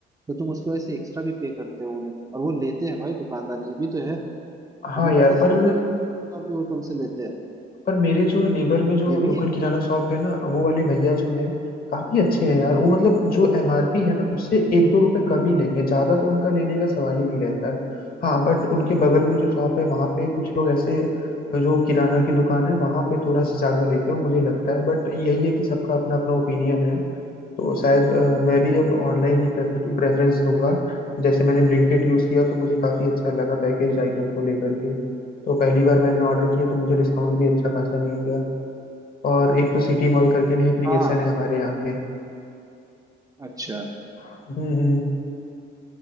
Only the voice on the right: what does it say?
तो तुम उसकी वजह से एक्स्ट्रा भी पे करते हो उन्हें और वो लेते हैं भाई दुकानदार ये भी तो है
मतलब
ऐसा समझ
लो एक तौर पे वो तुमसे लेते हैं
ये भी
है
हम्म
हम्म।
हाँ
अच्छा